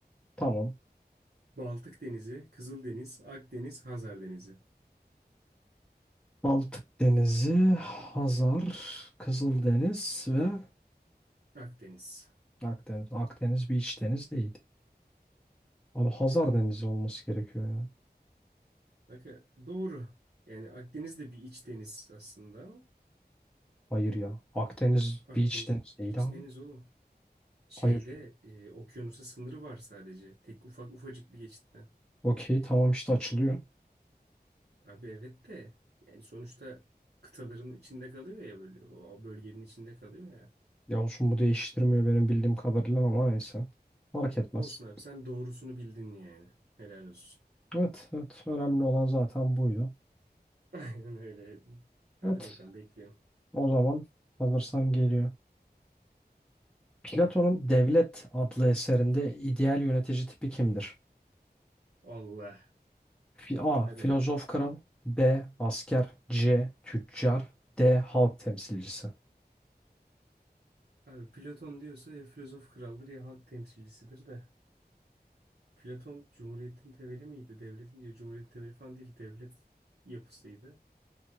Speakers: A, in the centre; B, on the right.
A: Tamam.
B: Baltık Denizi, Kızıldeniz, Akdeniz, Hazar Denizi.
A: Baltık Denizi, Hazar, Kızıldeniz ve
B: Akdeniz.
A: Akdeniz. Akdeniz bir iç deniz değil. Abi Hazar Denizi olması gerekiyor ya.
B: Bakın doğru. Yani Akdeniz de bir iç deniz aslında ama
A: Hayır ya. Akdeniz
B: Akdeniz
A: bir iç deniz değil
B: iç
A: abi.
B: deniz oğlum. Şeyde
A: Hayır.
B: e, okyanusa sınırı var sadece. Tek ufak ufacık bir geçitten.
A: Okey tamam işte açılıyor.
B: Abi evet de yani sonuçta kıtaların içinde kalıyor ya böyle o bölgenin içinde kalıyor ya.
A: Ya olsun bu değiştirmiyor benim bildiğim kadarıyla ama neyse. Fark etmez.
B: Olsun abi sen doğrusunu bildin yani. Helal olsun.
A: Evet, evet. Önemli olan zaten buydu.
B: <laughs> Aynen öyle. Hadi
A: Evet,
B: bakalım bekliyorum.
A: o zaman hazırsan geliyor. Platon'un
B: Hı.
A: Devlet adlı eserinde ideal yönetici tipi kimdir?
B: Allah.
A: Fi- A.
B: Hadi
A: Filozof
B: bakalım.
A: kral B. Asker C. Tüccar D. Halk temsilcisi
B: Abi Platon diyorsa ya filozof kraldır ya halk temsilcisidir de. Platon cumhuriyetin temeli miydi? Devletin diyor cumhuriyetin temeli falan değil. Devlet yapısıydı.